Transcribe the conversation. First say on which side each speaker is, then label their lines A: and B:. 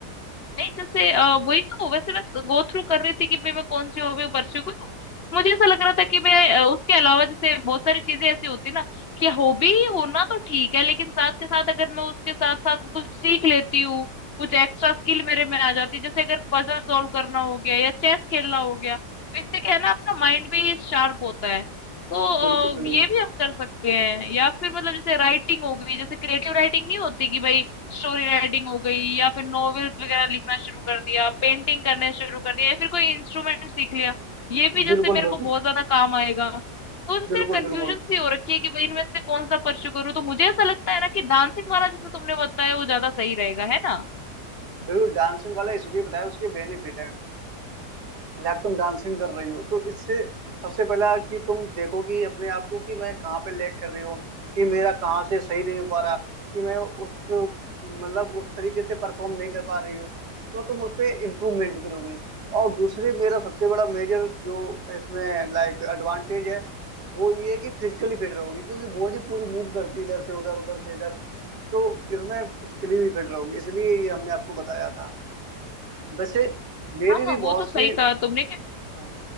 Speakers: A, on the left (about 50°); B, on the right (about 75°).
A: नहीं जैसे अ, वही तो वैसे मैं गो थ्रू कर रही थी कि भाई मैं कौन सी हॉबी परस्यू करूँ मुझे ऐसा लग रहा था कि मैं अ, उसके अलावा जैसे बहुत सारी चीजें ऐसी होती है ना कि हॉबी होना तो ठीक है लेकिन साथ के साथ अगर मैं उसके साथ साथ कुछ सीख लेती हूँ कुछ एक्स्ट्रा स्किल मेरे में आ जाती है जैसे अगर पजल सॉल्व करना हो गया या चेस खेलना हो गया तो इससे क्या है ना अपना माइंड भी शार्प होता है तो अ,
B: बिल्कुल बिल्कुल
A: ये भी हम कर सकते हैं या फिर मतलब जैसे राइटिंग हो गई जैसे क्रिएटिव राइटिंग नहीं होती कि भाई स्टोरी राइटिंग हो गई या फिर नॉवेल्स वगैरह लिखना शुरू कर दिया पेंटिंग करने शुरू कर दिया या फिर कोई इंस्ट्रूमेंट सीख लिया ये भी जैसे
B: बिल्कुल
A: मेरे को
B: बिल्कुल
A: बहुत ज्यादा काम आएगा तो जैसे
B: बिल्कुल
A: कंफ्यूजन
B: बिल्कुल
A: सी हो रखी है कि भाई इनमें से कौन सा परस्यू करूँ तो मुझे ऐसा लगता है ना कि डांसिंग वाला जैसे तुमने बताया वो ज्यादा सही रहेगा है ना
B: बिल्कुल डांसिंग वाला इसलिए बताया उसके बेनिफिट है लाइक तुम डांसिंग कर रही हो तो इससे सबसे पहला कि तुम देखो कि अपने आप को कि मैं कहाँ पे लैग कर रही हूँ कि मेरा कहाँ से सही नहीं हो पा रहा कि मैं उस मतलब उस तरीके से परफॉर्म नहीं कर पा रही हूँ तो तुम उस पे इम्प्रूवमेंट करोगे और दूसरे मेरा सबसे बड़ा मेजर जो इसमें लाइक एडवांटेज है वो ये है कि फिजिकली फिट रहोगे क्योंकि बॉडी पूरी मूव करती है इधर से उधर उधर से इधर तो इसमें फिजिकली भी फिट रहोगे इसलिए ये हमने आपको बताया था वैसे मेरी
A: हाँ हाँ
B: भी
A: वो
B: बहुत
A: तो सही
B: सी
A: कहा तुमने कि
B: हाँ